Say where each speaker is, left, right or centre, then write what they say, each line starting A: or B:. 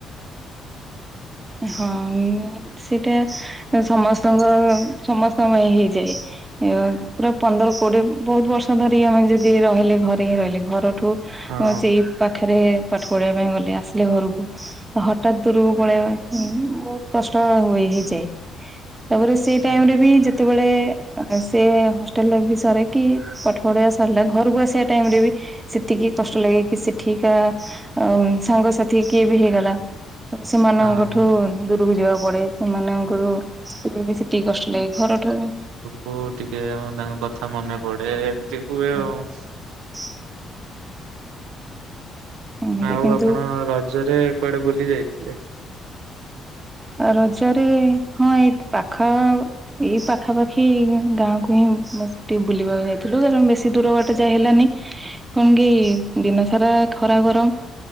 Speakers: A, on the right (about 20°); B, on the right (about 75°).
A: ହଁ ସେଟା ସମସ୍ତଙ୍କ, ସମସ୍ତଙ୍କ ପାଇଁ ହେଇଯାଏ। ପୁରା ପନ୍ଦର କୋଡିଏ ବହୁତ ବର୍ଷ ଧରି ଆମେ ଯଦି ରହିଲେ ଘରେ ହିଁ ରହିଲେ, ଘରଠୁ
B: ହଁ
A: ସେଇ ପାଖରେ ପାଠ ପଢିବା ପାଇଁ ଗଲେ, ଆସିଲେ ଘରକୁ ହଠାତ୍ ଦୂରକୁ ପଳେଇବା ହୁଁ ବହୁତ କଷ୍ଟ ହୁଏ ହେଇଯାଏ। ତାପରେ ସେଇ ଟାଇମ୍
B: ହୁଁ
A: ରେ ବି ଯେତେବେଳେ ସେ ହଷ୍ଟେଲ ଲାଇଫ୍ ବି ସରେ କି ପାଠ ପଢିବା ସରିଲା, ଘରକୁ ଆସିବା ଟାଇମ୍ ରେ ବି ସେତିକି କଷ୍ଟ ଲାଗେ, କି ସେଠିକା ଅ ସାଙ୍ଗସାଥି କିଏ ବି ହେଇଗଲା, ତ ସେମାନଙ୍କ
B: ହଁ
A: ଦୂରକୁ ଯିବାକୁ ପଡେ, ସେମାନଙ୍କର ସେତେବେଳେ ବି ସେତିକି କଷ୍ଟ ଲାଗେ ଘରଠାରୁ
B: ହଉ ଟିକେ ଆମେ ତାଙ୍କ କଥା ମନେ ପଡେ, ଏମତି ହୁଏ
A: ହଁ
B: ଆଉ।
A: <unintelligible> ଏମିତି
B: ଆଉ
A: କିନ୍ତୁ
B: ଆପଣ ରଜରେ କୁଆଡେ ବୁଲି ଯାଇଥିଲେ?
A: ରଜରେ, ହଁ ଏଇ ପାଖ ଏଇ ପାଖାପାଖି ଗାଁକୁ ହିଁ ଟିକେ ବୁଲିବାକୁ ଯାଇଥିଲୁ, କାରଣ ବେଶୀ ଦୂର ବାଟ ଯାଇ ହେଲାନି। କଣ କି ଦିନ ସାରା ଖରା ଗରମ,